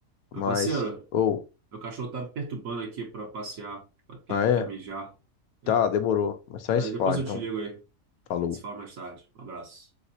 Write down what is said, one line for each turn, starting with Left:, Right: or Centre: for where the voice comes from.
Right: Meu
Left: Mas,
Right: parceiro,
Left: ou,
Right: meu cachorro tá me perturbando aqui pra passear, porque
Left: ah,
Right: ele
Left: é?
Right: quer mijar.
Left: Tá,
Right: É.
Left: demorou. Mas só
Right: Daí
Left: esse
Right: depois
Left: fala, então.
Right: eu te ligo aí.
Left: Falou.
Right: A gente se fala mais tarde. Um abraço.